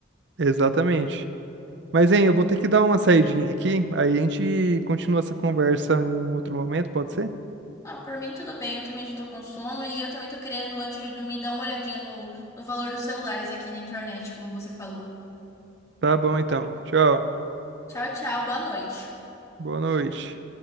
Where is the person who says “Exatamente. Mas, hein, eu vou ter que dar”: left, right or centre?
Right